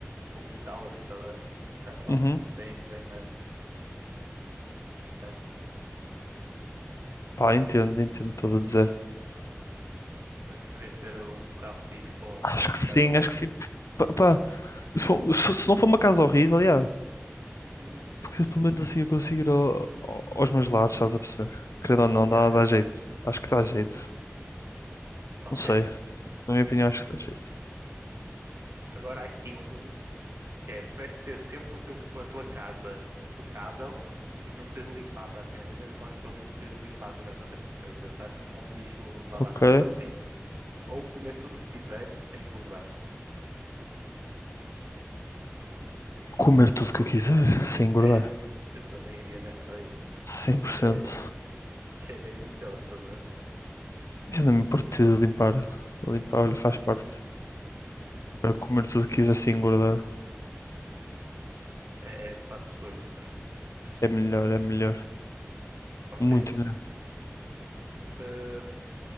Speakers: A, on the right; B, on the left.
A: com quintal, assim, estás a a asfalto
B: Uhum.
A: bem, bem mais. mais nice.
B: Pá, entendo, entendo o que estás a dizer.
A: Mas preferias ter o, o carro fixe com,
B: Acho
A: com
B: que
A: a
B: sim,
A: casa ok?
B: acho que sim. Pá, pá, se for- se- se não for uma casa horrível, yeah.
A: Uhum.
B: Porque pelo menos assim eu consigo ir ao- ao- aos meus lados, estás a perceber? Querendo ou não,
A: Yeah,
B: dá,
A: yeah.
B: dá jeito. Acho que dá jeito.
A: Ok.
B: Não sei. Na minha opinião, acho que dá jeito.
A: Agora há aqui um que é, preferes ter sempre o teu, a tua casa impecável, tipo, não precisas de limpar praticamente. Imagina que moras sozinho, não precisas de limpar a tua casa, está sempre perfeita, estás sempre com o lixo levado
B: Ok.
A: à rua assim, ou comer tudo o que quiseres sem engordar.
B: Comer tudo que eu quiser, sem engordar.
A: É, eu também iria nessa aí.
B: cem
A: Eu acho
B: por cento,
A: que é, que é bem melhor, toda.
B: Eu não me importo de limpar. Limpar, olha, faz parte.
A: Uhum.
B: Para comer tudo que quiser sem engordar.
A: É, é de fato sonho. <laughs>
B: É melhor, é melhor.
A: Ok.
B: Muito melhor.
A: Uh,